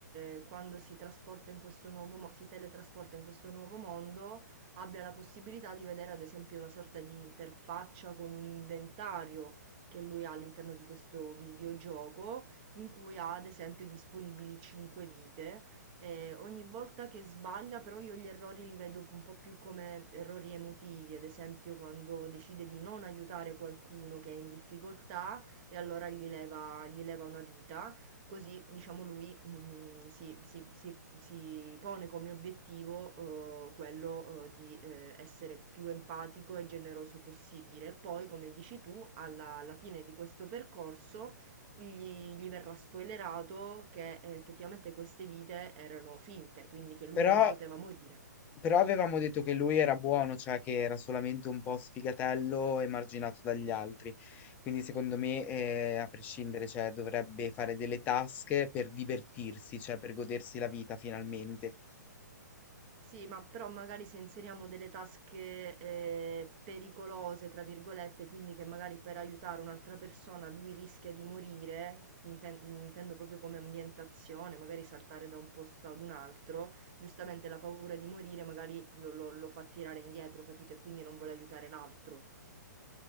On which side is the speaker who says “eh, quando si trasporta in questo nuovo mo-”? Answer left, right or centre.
Right